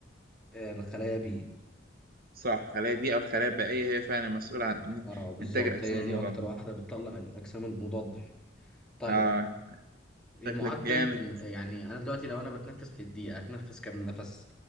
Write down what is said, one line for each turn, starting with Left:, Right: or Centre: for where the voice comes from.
Centre: آه الخلايا بي
Right: صح خلايا بيئة والخلايا البائية هي فعلا مسؤولة عن إن-
Centre: اه بالظبط
Right: إنتاج الأجسام
Centre: هي
Right: المضادة
Centre: دي اكتر واحدة بتطلع الاجسام المضادة يعني. طيب
Right: آه
Centre: إيه،
Right: شكلك
Centre: معدل
Right: جامد
Centre: ان يعني انا دلوقتي لو انا بتنفس في الدقيقه هتنفس كام نفس